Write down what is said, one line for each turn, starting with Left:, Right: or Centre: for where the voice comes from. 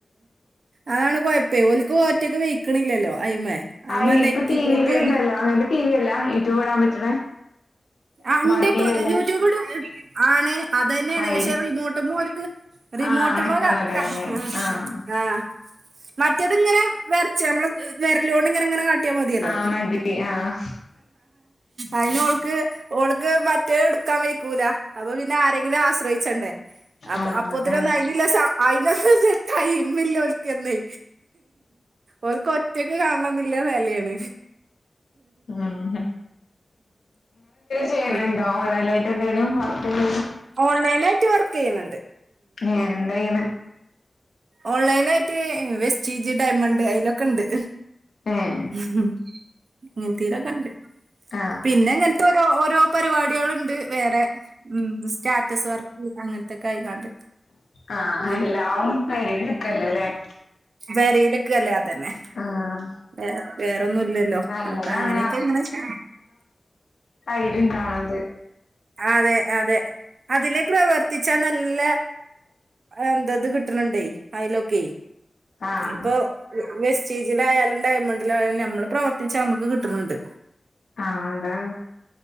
Right: അതാണ് കൊഴപ്പേ ഓൽക്ക് ഒറ്റക്ക് വെയ്ക്കണില്ലല്ലോ അയിമേ അയിമെ
Left: ആ ഇപ്പൊ
Right: നെക്കി
Left: ടിവിലും
Right: കൂട്ടി ഒന്ന്
Left: ഇണ്ടല്ലോ അങ്ങനത്തെ ടിവി അല്ല യൂട്യൂബ് ഇടാൻ പറ്റണേ
Right: ആ
Left: സ്മാർട്ട്
Right: ഇണ്ട്
Left: ടി
Right: പ്പ്
Left: വി അല്ലേ
Right: യൂട്യൂബ് ഇടും ആണ് അത് തന്നെയാണ്
Left: ആയിരം
Right: പഷെ റിമോട്ടുമോ ഓല്ക്ക് റിമോട്ടുമ്മോ
Left: ആഹ് നിക്കണതന്നെ
Right: ക <unintelligible>
Left: ആഹ്
Right: ആ ആ മറ്റേത് ഇങ്ങനെ വരച്ച് നമ്മളെ വെരലോണ്ട് ഇങ്ങനെങ്ങനെ കാ കിട്ടിയ മതിയല്ലോ
Left: ആഹ് മതി ആഹ്
Right: അയിന് ഓൾക്ക് ഓൾക്ക് മറ്റേ എടുക്കാൻ വയ്ക്കൂല അപ്പൊ പിന്നെ ആരെങ്കിലും ആശ്രയിച്ച് വേണ്ടെ അപ്പൊ
Left: ആഹ്
Right: അപ്പോത്തിനൊന്നും
Left: അതാണ്
Right: അയിനില്ല അയിനൊന്നും ടൈയിമില്ല ഓൽക്കന്നെ ഓൽക്ക് ഒറ്റക്ക് കാണണന്നിള്ള വേലയാണ്
Left: ഉം ചെയ്യണ്
Right: ഉം.
Left: ണ്ടോ ഓൺലൈൻലായിട്ട് എന്തേലും വർക്ക് എന്തേലും
Right: ഓൺലൈനായിട്ട് വർക്ക്യ്യ്ന്ന്ണ്ട്
Left: ഏ എന്തെയ്യ്ണ്
Right: ഓൺലൈനായിട്ട് വെസ്റ്റീജി ഡയമണ്ട് അതിലൊക്കെണ്ട്
Left: ഏഹ്
Right: മ് അങ്ങനെത്തെലൊക്കെണ്ട്
Left: ആ
Right: പിന്നെ ഇങ്ങനത്തെ ഓരോ ഓരോ പരിപാടികളുണ്ട് വേറെ മ സ്റ്റാറ്റസ് വർക്ക് അങ്ങനത്തൊക്കെ ആയിക്കാണ്ട്
Left: ആ അല്ല
Right: ഉം
Left: അവൻ <unintelligible>
Right: വേറെയില്ക്ക് അല്ലേ അതന്നെ
Left: ആഹ്
Right: വേറെ വേറൊന്നുംല്ലല്ലോ
Left: നല്ലതാണ്
Right: അപ്പൊ അങ്ങനെയൊക്കെങ്ങനെ ചെ -
Left: തൈരിണ്ടാണത്
Right: അതെ അതെ അതില് പ്രവർത്തിച്ചാ നല്ല എന്താത് കിട്ടണ്ണ്ട് അതിലൊക്കെ
Left: ആഹ്
Right: ഇപ്പൊ വേസ്റ്റീജിലായാലും ഡയമണ്ടിലായാലും നമ്മള് പ്രവർത്തിച്ച നമ്മക്ക് കിട്ടണ്ണ്ട്
Left: ആ അതാണ്